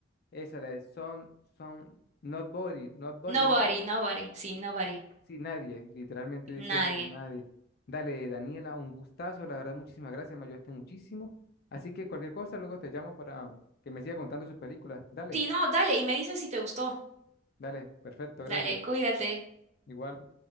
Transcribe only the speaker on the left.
esa, la de Son, Son, Not Body, Not Body,
algo así.
Sí, nadie, literalmente dice
eso, nadie. Dale, Daniela, un gustazo, la verdad, muchísimas gracias, me ayudaste muchísimo. Así que cualquier cosa, luego te llamo para que me siga contando sus películas. Dale,
dale, perfecto, gracias.
Igual.